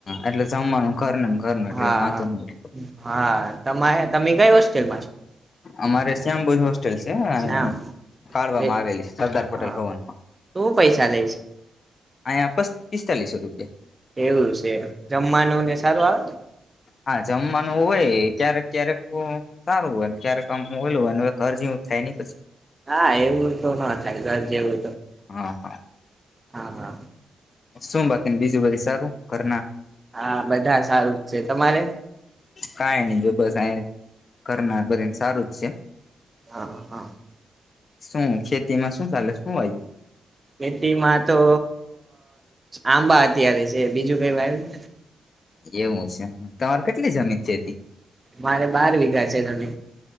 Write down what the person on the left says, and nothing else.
એટલે જમવાનું કરનન ઘરનો, એટલે
વાંધો ની એટલો.
અમારે શ્યામ ભોજ હોસ્ટેલ છે અ
કાળવામાં
આવેલી છ, સરદાર પટેલ
ભવનમાં.
અયા પ પી સ્તાલીસો રૂપિયા.
હા જમવાનું હોય ક્યારેક ક્યારેક તો સારું હોય ને ક્યારેક આમ મોલું હોય ને હવે ઘર જેવુ જ થાય ની પછી?
હા હા.
શું બાકીન બીજી બધી સારું ઘરના?
કઈ નઈ જો બસ આ કરનાર બધાયેન સારું જ છે.
શું ખેતીમાં શું ચાલે, હું વાયુ?
એવું છે તમાર કેટલી જમીન છેતી